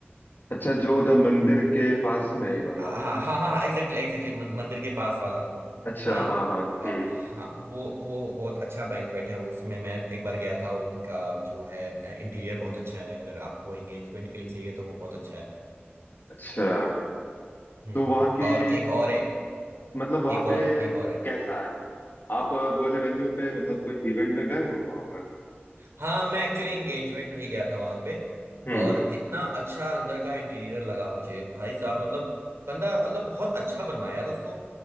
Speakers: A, on the left (about 50°); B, on the right (about 80°).
A: अच्छा जो उधर मंदिर के पास में वाला
B: हाँ हाँ हाँ एग्जैक्टली एग्जैक्टली मंदिर के पास वाला
A: अच्छा
B: है ना
A: हाँ हाँ
B: अ,
A: हम्म
B: हाँ वो वो बहुत अच्छा बैंक्वेट है उसमें मैं एक बार गया था उनका जो है इंटीरियर बहुत अच्छा है अगर आपको एंगेजमेंट के लिए चाहिए तो वो बहुत अच्छा है
A: अच्छा
B: हम्म
A: तो वहाँ
B: हम्म
A: की
B: और एक और है
A: मतलब वहाँ
B: एक और
A: पे
B: है एक और है
A: कैसा है आप बोले वेन्यू पे मतलब कोई इवेंट में गए हो वहाँ पर
B: हाँ मैं एक्चुअली एंगेजमेंट में ही गया था वहां पे
A: हम्म
B: और इतना अच्छा अंदर का इंटीरियर लगा मुझे भाई साहब मतलब बंदा मतलब बहुत अच्छा बनवाया यार उसको